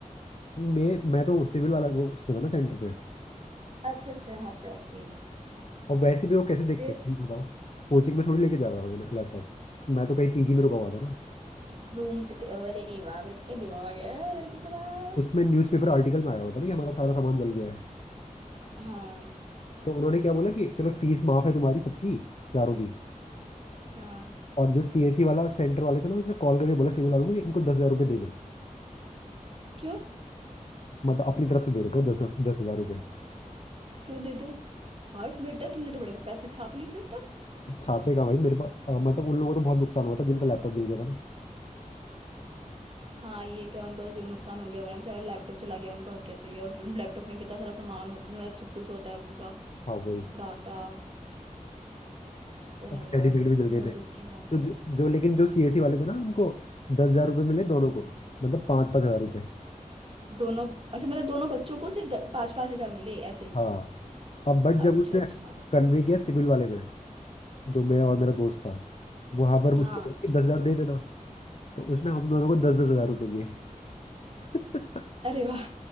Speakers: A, on the left; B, on the right.
A: मैं मैं तो सिविल वाला वो उसमें था ना सेंटर पे
B: अच्छा अच्छा अच्छा ओके
A: और वैसे भी वो कैसे देखते
B: फिर
A: हैं तुम बताओ कोचिंग में थोड़ी लेके जा रहा था मैंने लैपटॉप मैं तो कहीं पीजी में रुका हुआ था ना
B: रूम पे अरे वाह बेटे दिमाग है लड़के के पास
A: उसमें न्यूज़पेपर आर्टिकल में आया हुआ था ना कि हमारा सारा सामान जल गया है
B: हाँ
A: तो उन्होंने क्या बोला कि चलो फीस माफ है तुम्हारी सबकी चारों की
B: हाँ
A: और जो सीएससी वाला सेंटर वाले थे ना उसने कॉल करके बोला सिविल वालों को कि इनको दस हजार रुपये दे दे
B: क्यों
A: मतलब अपनी तरफ से दे रहे थे वो दस दस दस हजार रुपये
B: क्यों दे दो और बेटा तुमने तो बड़े पैसे फाप लिए फिर तो
A: छापे का भाई मेरे पास अ, मतलब उन लोगों को तो बहुत नुकसान हुआ था जिनका लैपटॉप जल गया था ना
B: हाँ ये तो है उनका तो जो नुकसान हो गया होगा ना बेचारा लैपटॉप चला गया उनका और क्या चाहिए और लैपटॉप में कितना सारा सामान होता है उसमें सब कुछ होता है पूरा
A: हाँ वही
B: डाटा तो है
A: और सर्टिफिकेट
B: यार
A: भी जल गए
B: बहुत
A: थे
B: दुख की बात
A: तो
B: है
A: जो, जो लेकिन जो सीएससी वाले थे ना हमको दस हजार रुपये मिले दोनों को मतलब पाँच पाँच हजार रुपये
B: दोनों अच्छा मतलब दोनों बच्चों को सिर्फ पांच पांच हजार मिले ऐसे
A: हाँ अब बट जब
B: अच्छा
A: उसने
B: अच्छा
A: कन्वे किया सिविल वाले में जो मैं और मेरा दोस्त था वहां पर
B: हाँ
A: उसने बोला कि दस हजार दे देना तो उसने हम दोनों को दस दस हजार रुपये दिए <laughs>
B: अरे वाह